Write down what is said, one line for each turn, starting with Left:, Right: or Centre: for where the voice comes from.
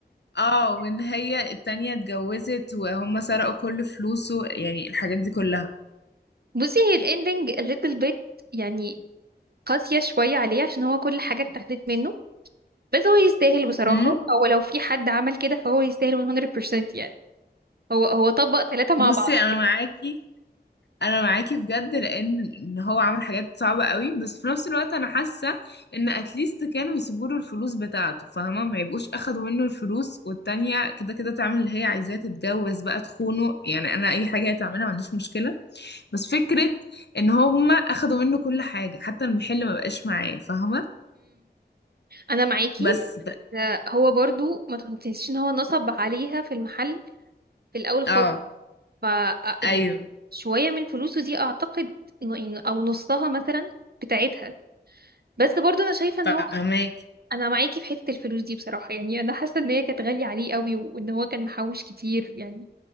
Left: اه وان هي التانية اتجوزت وهم سرقوا كل فلوسه يعني الحاجات دي كلها
Right: بصي هي الاندنج الليتل بيت يعني قاسية شوية عليه عشان هو كل حاجة اتاخدت منه بس هو يستاهل بصراحة
Left: امم
Right: او لو في حد عمل كده فهو يستاهل 100% يعني هو هو طبق ثلاثة مع
Left: بصي
Right: بعض
Left: انا معاكي انا معاكي بجد لان ان هو عمل حاجات صعبة قوي بس في نفس الوقت انا حاسة ان اتليست كانوا يسيبوا له الفلوس بتاعته فاهمة ما يبقوش اخدوا منه الفلوس والتانية كده كده تعمل اللي هي عايزاه تتجوز بقى تخونه يعني انا اي حاجة هتعملها ما عنديش مشكلة بس فكرة ان هم اخدوا منه كل حاجة حتى المحل ما بقاش معاه فاهمة
Right: انا معاكي
Left: بس ده
Right: آه، هو برضو ما تنسيش ان هو نصب عليها في المحل في الاول خالص
Left: اه
Right: ف آه، يعني
Left: ايوه
Right: شويه من فلوسه دي اعتقد إنه- إنه- او نصها مثلا بتاعتها بس برضو انا شايفه ان
Left: فاهماك
Right: هو انا معاكي في حته الفلوس دي بصراحه يعني انا حاسه ان هي كانت غاليه عليه قوي وان هو كان محوش كتير يعني